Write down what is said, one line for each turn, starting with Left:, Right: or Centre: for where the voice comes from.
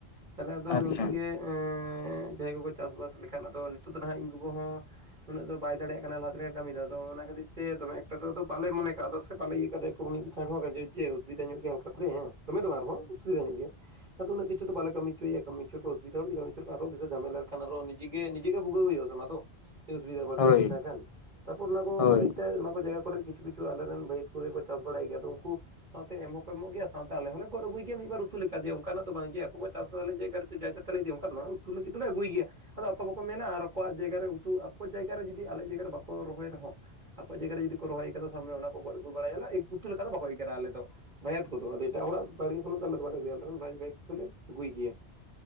Right: ᱛᱟᱦᱚᱞᱮ ᱟᱫᱚ
Left: ᱟᱪᱪᱷᱟ
Right: ᱱᱤᱝᱠᱟᱹ ᱜᱮ ᱮᱸ ᱡᱟᱦᱟᱸᱭ ᱠᱚᱠᱚ ᱪᱟᱥᱼᱵᱟᱥ ᱞᱮᱠᱷᱟᱡ ᱟᱫᱚ ᱱᱤᱛᱚᱜ ᱫᱚ ᱦᱟᱸᱟᱜ ᱤᱧ ᱜᱚᱜᱚ ᱦᱚᱸ ᱩᱱᱟᱹᱜ ᱫᱚ ᱵᱟᱭ ᱫᱟᱲᱮᱭᱟᱜ ᱠᱟᱱᱟ ᱞᱟᱦᱟ ᱛᱮ ᱞᱮᱠᱟ ᱠᱟᱹᱢᱤ ᱫᱚ ᱟᱫᱚ ᱚᱱᱟ ᱠᱷᱟᱹᱛᱤᱨ ᱛᱮ ᱫᱚᱢᱮ ᱮᱠᱴᱟ ᱫᱚ ᱟᱫᱚ ᱵᱟᱞᱮ ᱢᱚᱱᱮ ᱠᱟᱣᱫᱟ ᱥᱮ ᱵᱟᱞᱮ ᱤᱭᱟᱹ ᱠᱟᱫᱮ᱾ ᱯᱩᱨ ᱢᱤᱜ ᱵᱚᱪᱷᱚᱨ ᱨᱮᱦᱮ <unintelligible> ᱡᱮ ᱚᱥᱵᱤᱫᱟ ᱧᱚᱜ ᱜᱮᱭᱟ ᱦᱟᱞᱠᱟ ᱠᱚᱨᱮ ᱦᱮᱸ, ᱫᱚᱢᱮ ᱫᱚ ᱵᱟᱝ ᱟᱨᱦᱚᱸ ᱚᱥᱩᱵᱤᱫᱟ ᱧᱚᱜ ᱜᱮᱭᱟᱭ᱾ ᱟᱫᱚ ᱩᱱᱟᱹᱜ ᱠᱤᱪᱷᱩ ᱫᱚ ᱵᱟᱞᱟ ᱠᱟᱹᱢᱤ ᱪᱩᱭ-ᱭᱟ, ᱠᱟᱹᱢᱤ ᱚᱪᱚ ᱠᱚ ᱚᱥᱩᱤᱫᱷᱟ ᱦᱚᱲ ᱠᱟᱢᱤ ᱦᱚᱪᱚ ᱞᱮᱠᱷᱟᱱ ᱟᱨᱚ ᱵᱤᱥᱟᱞ ᱡᱷᱟᱢᱮᱞᱟ ᱨᱮ ᱮᱠᱷᱟᱱ ᱟᱨᱚ ᱱᱤᱡᱮ ᱜᱮ ᱱᱤᱡᱮ ᱜᱮ ᱵᱷᱩᱜᱟᱹᱣ ᱦᱩᱭᱩᱜ-ᱟ ᱥᱮ ᱚᱱᱟᱫᱚ᱾ ᱩᱥᱵᱤᱫᱟ ᱵᱟᱹᱲᱛᱤ
Left: ᱦᱳᱭ
Right: ᱞᱮᱱ ᱛᱟᱭ ᱠᱷᱟᱱ, ᱛᱟᱯᱚᱨ ᱚᱱᱟ ᱠᱚ
Left: ᱦᱳᱭ
Right: ᱠᱷᱟᱹᱛᱤᱨ ᱛᱮ ᱚᱱᱟ ᱠᱚ ᱡᱟᱭᱜᱟ ᱠᱚᱨᱮᱫ ᱠᱤ ᱪᱷᱩ ᱠᱤᱪᱷᱩ ᱟᱞᱨᱮᱱ ᱵᱷᱟᱹᱭᱟᱹᱛ ᱠᱚᱜᱮ ᱠᱚ ᱪᱟᱥ ᱵᱟᱲᱟᱭ ᱜᱮᱭᱟ, ᱟᱫᱚ ᱩᱱᱠᱩ ᱥᱟᱶᱛᱮ ᱮᱢ ᱦᱚᱸᱠᱚ ᱮᱢᱚᱜ ᱜᱮᱭᱟ, ᱥᱟᱶᱛᱮ ᱟᱞᱮ ᱦᱚᱸᱞᱮ ᱜᱚᱫᱽ ᱟᱹᱜᱩᱭ ᱜᱮᱭᱟ ᱢᱤᱫᱵᱟᱨ ᱩᱛᱩ ᱞᱮᱠᱟ ᱡᱮ ᱚᱱᱠᱟ ᱱᱟᱜ ᱫᱚ ᱵᱟᱝ ᱡᱮ ᱟᱠᱚ ᱠᱚ ᱪᱟᱥ ᱠᱟ ᱟᱞᱮᱭᱟᱜ ᱡᱟᱭᱜᱟ ᱨᱮ᱾ ᱪᱮ ᱡᱟ ᱤᱪᱪᱷᱟᱹ ᱛᱟ ᱞᱮ ᱤᱫᱤᱭᱟ ᱚᱱᱠᱟ ᱫᱚ ᱵᱟᱝ, ᱩᱛᱩ ᱞᱟᱹᱜᱤᱫ ᱫᱚᱞᱮ ᱟᱹᱜᱩᱭ ᱜᱮᱭᱟ᱾ ᱟᱫᱚ ᱟᱠᱚ ᱵᱟᱠᱚ ᱢᱮᱱᱟ ᱟᱨ ᱟᱠᱚᱣᱟᱜ ᱡᱟᱭᱜᱟ ᱨᱮ ᱩᱛᱩ, ᱟᱠᱚᱣᱟᱜ ᱡᱟᱭᱜᱟ ᱨᱮ ᱡᱩᱫᱤ ᱟᱞᱮᱭᱟᱜ ᱡᱟᱭᱜᱟ ᱨᱮ ᱵᱟᱠᱚ ᱨᱚᱦᱚᱭ ᱨᱮᱦᱚᱸ᱾ ᱟᱠᱚᱣᱟᱜ ᱡᱟᱭᱜᱟ ᱨᱮ ᱡᱩᱫᱤ ᱠᱚ ᱨᱚᱦᱚᱭ ᱠᱟᱫᱟ ᱥᱟᱵ ᱢᱮ ᱚᱱᱟᱠᱚ ᱜᱚᱫ ᱟᱜᱩ ᱵᱟᱲᱟᱭᱟ ᱞᱮ ᱮᱣ ᱩᱛᱩ ᱞᱮᱠᱟ ᱫᱚ ᱵᱟᱠᱚ ᱮᱜᱮᱨᱟ ᱟᱞᱮ ᱫᱚ᱾ ᱵᱷᱟᱭᱟᱛ ᱠᱚᱫᱚ ᱟᱫᱚ ᱮᱴᱟᱜ ᱦᱚᱲᱟᱜ ᱵᱟᱲᱜᱮ ᱠᱷᱚᱱᱟᱜ ᱫᱚ ᱟᱞᱮ ᱫᱚ ᱵᱟᱞᱮ ᱟᱜᱩᱭᱟ, ᱟᱞᱮᱨᱮᱱ ᱵᱷᱟᱭ ᱵᱷᱟᱭᱟᱛ ᱠᱚᱫᱚᱞᱮ ᱟᱹᱜᱩᱭ ᱜᱮᱭᱟ᱾